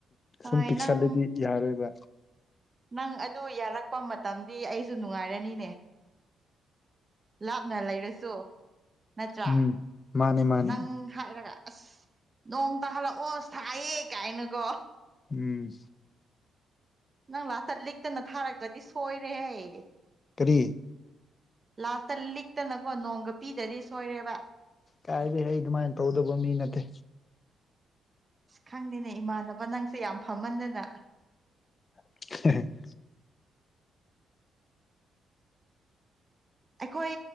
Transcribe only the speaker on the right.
ꯍꯣꯏ
ꯅꯪ
ꯅꯪ ꯑꯗꯨ ꯌꯥꯔꯛꯄ ꯃꯇꯝꯗꯤ ꯑꯩꯁꯨ ꯅꯨꯡꯉꯥꯏꯔꯅꯤꯅꯦ ꯂꯥꯞꯅ ꯂꯩꯔꯁꯨ ꯅꯠꯇ꯭ꯔꯥ
ꯅꯪ ꯍꯥꯏꯔꯒ ꯑꯁ ꯅꯣꯡ ꯇꯥꯍꯜꯂꯛꯑꯣ ꯁꯥꯏꯌꯦ ꯀꯥꯏꯅꯀꯣ
ꯅꯪ ꯂꯥꯛꯇ ꯂꯤꯛꯇꯅ ꯊꯥꯔꯛꯄꯗꯤ ꯁꯣꯏꯔꯦꯍꯦ
ꯂꯥꯁꯇ ꯂꯤꯛꯇꯅꯀꯣ ꯅꯣꯡꯒ ꯄꯤꯗꯗꯤ ꯁꯣꯏꯔꯦꯕ
ꯑꯁ ꯈꯪꯗꯦꯅꯦ ꯏꯃꯥꯟꯅꯕ ꯅꯪꯁꯦ ꯌꯥꯝ ꯐꯝꯃꯟꯗꯅ
ꯑꯩꯈꯣꯏ